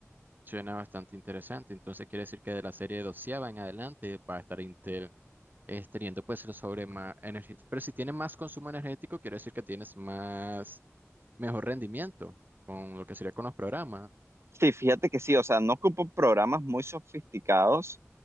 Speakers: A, on the right; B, on the right.
A: Suena bastante interesante. Entonces quiere decir que de la serie doceava en adelante va a estar Intel eh, teniendo pues el sobre más energía. Pero si tiene más consumo energético, quiere decir que tienes más, mejor rendimiento con lo que sería con los programas.
B: Sí, fíjate que sí, o sea, no ocupo programas muy sofisticados.